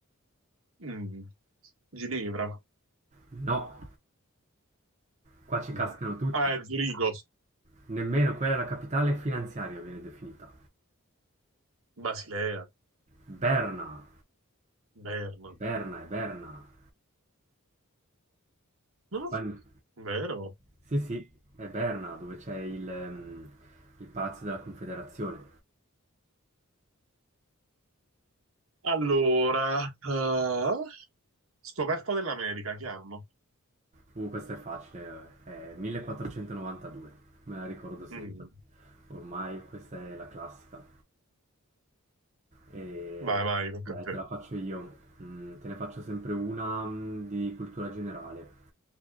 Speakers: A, on the right; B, on the right.
A: Mm, Ginevra?
B: No. Qua ci
A: No.
B: cascano tutti.
A: Ah, è Zurigo,
B: Nemmeno quella è la capitale finanziaria viene definita.
A: Basilea,
B: Berna.
A: Berna.
B: È Berna, è Berna.
A: Non lo so.
B: Quan-
A: Vero?
B: Sì, sì, è Berna, dove c'è il, ehm, il Palazzo della Confederazione.
A: Allora, eh, scoperta dell'America, che hanno?
B: Uh, questo è facile, eh. è 1492, me la ricordo sempre.
A: Mm,
B: Ormai questa è la classica. E
A: Vai, vai, tocca
B: dai,
A: a te.
B: te la faccio io. Mm, te ne faccio sempre una, mm, di cultura generale.